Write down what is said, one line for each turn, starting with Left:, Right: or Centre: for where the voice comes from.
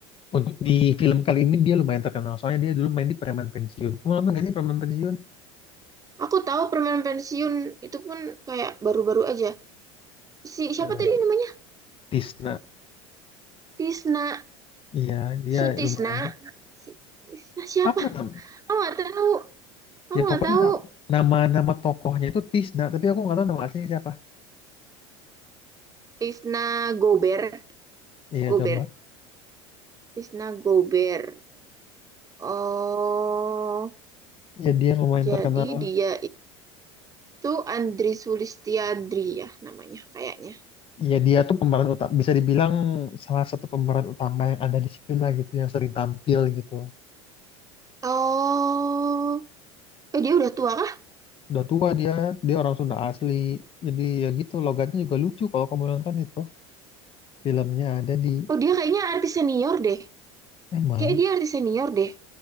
Left: untuk di film kali ini dia lumayan terkenal soalnya dia dulu main di Preman Pensiun. Mau nonton nggak sih Preman Pensiun?
Right: Aku tahu permen pensiun itu pun kayak baru-baru aja. Si siapa
Left: Nah,
Right: tadi namanya?
Left: Tisna.
Right: Tisna
Left: Iya, dia
Right: Sutisna.
Left: lumayan
Right: Si, Tisna siapa?
Left: apa ya?
Right: Aku nggak tahu. Aku
Left: Ya
Right: nggak
Left: pokoknya
Right: tahu.
Left: na- nama nama tokohnya itu Tisna, tapi aku nggak tahu nama aslinya siapa.
Right: Tisna Gober.
Left: Iya
Right: Gober.
Left: coba.
Right: Tisna Gober. Oh,
Left: Ya dia lumayan
Right: jadi
Left: terkenal.
Right: dia itu Andri Sulistiandri ya namanya kayaknya.
Left: Ya dia tuh pemeran utama, bisa dibilang salah satu pemeran utama yang ada di situ lah gitu, yang sering tampil gitu.
Right: Oh, eh dia udah tua kah?
Left: Udah tua dia, dia orang Sunda asli. Jadi ya gitu, logatnya juga lucu kalau kamu nonton itu. Filmnya ada di,
Right: Oh dia kayaknya artis senior deh.
Left: emang,
Right: Kayak dia artis senior deh.